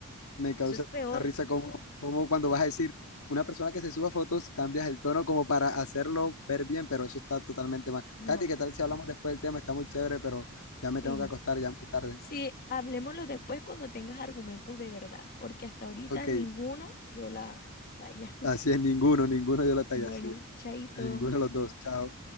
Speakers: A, on the left (about 70°); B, on the left (about 45°).
A: me causa
B: eso es peor.
A: risa como,
B: Ay, sí.
A: como cuando vas a decir una persona que se suba fotos, cambias el tono como para hacerlo ver bien, pero eso está totalmente mal.
B: No.
A: Katy, ¿qué tal si hablamos después del tema? Está muy chévere, pero ya me
B: Sí,
A: tengo que acostar, ya es muy tarde.
B: Sí, hablemoslo después cuando tengas argumentos de verdad, porque hasta ahorita
A: Ok,
B: ninguno yo la... Vaya. <laughs>
A: así es, ninguno, ninguno dio la talla,
B: Bueno,
A: así es.
B: chaito.
A: Ninguno de los dos, chao.